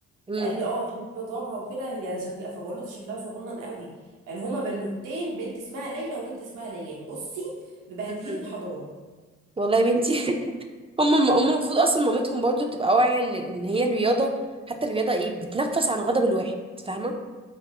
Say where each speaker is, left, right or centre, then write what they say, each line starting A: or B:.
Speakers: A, on the right; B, on the right.
A: امم
B: فقال لي اه دي اللي بتضربها وكده هي شكلها فبقول له ده شكلها صغنن قوي يعني هما بنوتين بنت اسمها ليلى وبنت اسمها ليان بصي مبهدلين
A: امم
B: الحضانة
A: والله يا بنتي <laughs> هم هم المفروض اصلا مامتهم برضو بتبقى واعيه ان إن هي الرياضه حتى الرياضه ايه بتنفس عن غضب الواحد فاهمه